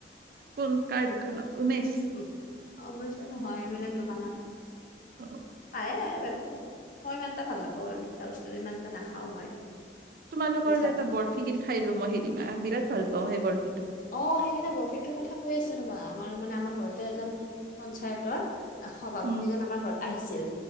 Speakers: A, on the right; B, on the left.
A: কোন কাই দুকানত উমিশ।
B: ওম, সমস্যা নহয় এইবিলাক দোকানত।
A: অ
B: এ বাৰু মই সেইটো মই ইমান এটা ভাল নাপাওঁ আৰু মিঠা বস্তুটো ইমান এটা নাখাও মই।
A: তোমালোকৰ
B: মিঠাটো
A: যে এটা বৰফি কিনি খাইলো মই সেইদিনা বিৰাট ভাল পাওঁ সেই বৰফিটো।
B: অ সেইদিনা বৰফিটোৰ কথা কৈ আছে নো বা আমাৰ মানে আমাৰ ঘৰতে এজন পঞ্চায়তৰ এ সভাপতিজন
A: উম
B: আমাৰ ঘৰত আহিছিল